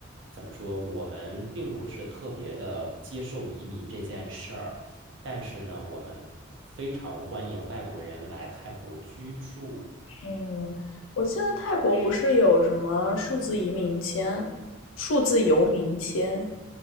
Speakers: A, on the right; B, on the left.
A: 怎么说，我们并不是特别的接受移民这件事儿。但是呢，我们非常欢迎外国人来泰国居住。
B: 嗯，我记得泰国不是有什么数字移民签、数字游民签？